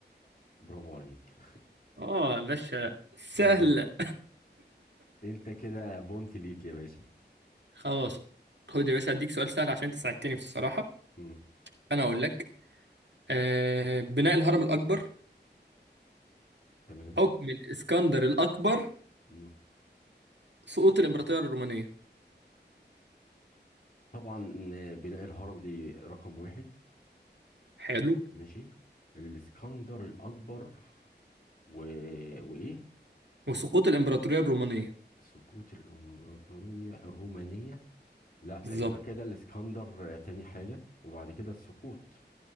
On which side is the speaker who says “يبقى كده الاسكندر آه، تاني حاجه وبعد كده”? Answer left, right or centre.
Left